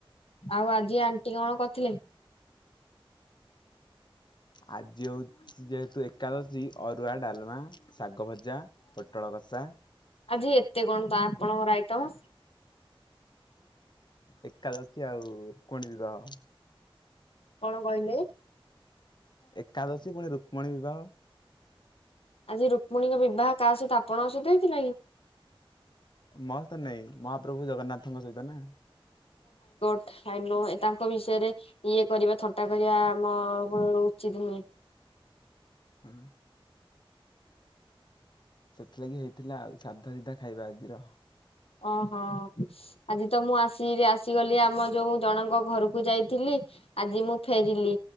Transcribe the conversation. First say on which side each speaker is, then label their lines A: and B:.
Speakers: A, on the left; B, on the left.
A: ଆଉ ଆଜି, ଆଣ୍ଟି କଣ କରିଥିଲି?
B: ଆଜି ହେଉଛି ଯେହେତୁ ଏକାଦଶୀ, ଅରୁଆ, ଡାଲମା, ଶାଗ ଭଜା, ପୋଟଳ କସା।
A: ଆଜି ଏତେ କଣ ତ ଆପଣଙ୍କର ଆଇଟମ।
B: ଏକାଦଶୀ ଆଉ ରୁକ୍ମଣୀ ବିବାହ।
A: କଣ କହିଲେ?
B: ଏକାଦଶୀ ପୁଣି ରୁକ୍ମଣୀ ବିବାହ।
A: ଆଜି ରୁକ୍ମଣୀଙ୍କ ବିବାହ କାହା ସହିତ ଆପଣଙ୍କ ସହିତ ହେଇଥିଲା କି?
B: ମ ସହିତ ନାଇ। ମହାପ୍ରଭୁ ଜଗନ୍ନାଥଙ୍କ ସହିତ ନା।
A: <unintelligible> ନୁହେଁ। ତାଙ୍କ ବିଷୟରେ ଇଏ କରିବା, ଥଟା କରିବା ମ ଉଚିତ ନୁହେଁ।
B: ହଁ। ସେଥିଲାଗି ହେଇଥିଲା ଆଉ ସାଧା ସିଧା ଖାଇବା ଆଜିର।
A: ଓ ହୋ। ଆଜି ତ ମୁଁ ଆସି ଆସିଗଲି। ଆମ ଯୋଉ ଜଣଙ୍କ ଘରକୁ ଯାଇଥିଲି। ଆଜି ମୁଁ ଫେରିଲି।